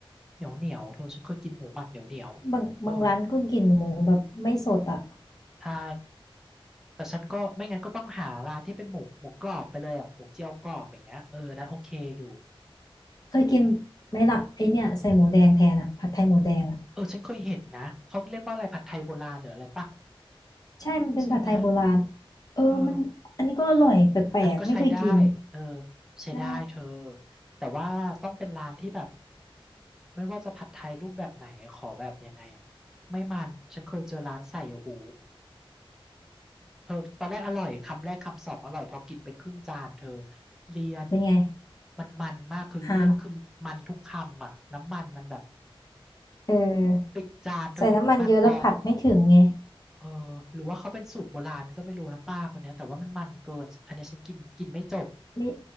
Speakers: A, in the centre; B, on the left.
A: เหนียวเหนียวเธอฉันเคยกินหมูหมักเหนียวเหนียว
B: บางบางร้านก็กินหมูแบบไม่สดอ่ะ
A: เออใช่แต่ฉันก็ไม่งั้นก็ต้องหาร้านที่เป็นหมูหมูกรอบไปเลยอ่ะหมูเจียวกรอบอย่างเงี้ยเอออันนั้นโอเคอยู่
B: เคยกินไหมล่ะไอเนี่ยใส่หมูแดงแทนอ่ะผัดไทยหมูแดงอะ
A: เออฉันเคยเห็นนะเขาเรียกว่าอะไรผัดไทยโบราณหรืออะไรป่ะ
B: ใช่มันเป็นผัดไทยโบราณ
A: ใช่ไหม
B: เออมันอันนี้ก็อร่อยแปลกๆ
A: เออ อันนั้นก็ใช้ได้
B: ไม่เคยกิน
A: เออใช้ได้เธอ
B: ใช่
A: แต่ว่าต้องเป็นร้านที่แบบไม่ว่าจะผัดไทยรูปแบบไหนขอแบบยังไงอะไม่มันฉันเคยเจอร้านใส่โอ้โหเธอตอนแรกอร่อยคำแรกคำสองอร่อยพอกินไปครึ่งจานเธอเลี่ยน
B: เป็นไง
A: มันมันมากคือเลี่ยนคือมันทุกคำอ่ะน้ำมันมันแบบ
B: อ่าวเออ
A: เป็นจานเธอเห็นน้ำมันกองตรง
B: ใส่น้ำมันเยอะแล้วผัดไม่ถึงไง
A: เออหรือว่าเขาเป็นสูตรโบราณก็ไม่รู้นะป้าคนเนี้ยแต่ว่ามันมันเกินอันเนี้ยฉันกินกินไม่จบ
B: ไม่